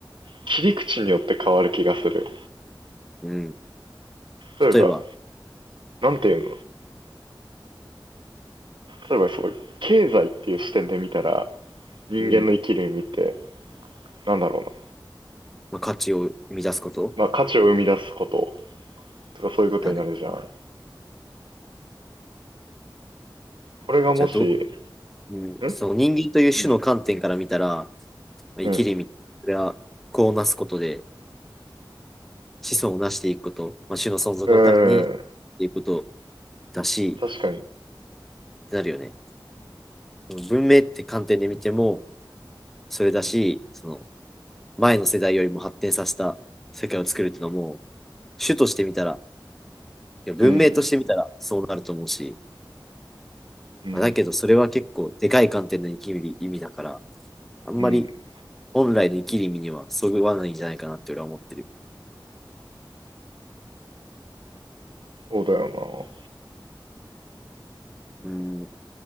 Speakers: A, on the right (about 80°); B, in the centre.
A: 切り口によって変わる気がする。
B: うん。
A: 例えば、
B: 例えば、
A: なんていうの例えばそう、経済っていう視点で見たら、人間の生きる意味って、
B: うん、
A: なんだろうな。
B: まあ、価値を生み出すこと
A: まあ価値を生み出すこととかそういうことになるじゃん。
B: だね。
A: これがもし、
B: じゃあど、うん、
A: んう
B: そう、人間という種の観点から見たら、
A: ん。
B: 生きる意味、
A: うん。
B: それは子をなすことで子孫をなしていくこと、まあ、種の存続のためにっ
A: うん。
B: ていうことだし、
A: 確かに。
B: なるよね。文明って観点で見ても、それだし、その前の世代よりも発展させた世界を作るっていうのも、種として見たら、いや文明として見たらそうなると思うし、
A: うん。うん。
B: まあ、だけどそれは結構でかい観点の生きる意味だから、あんまり
A: うん。
B: 本来の生きる意味にはそぐわないんじゃないかなって俺は思ってる。
A: そうだよ
B: うん、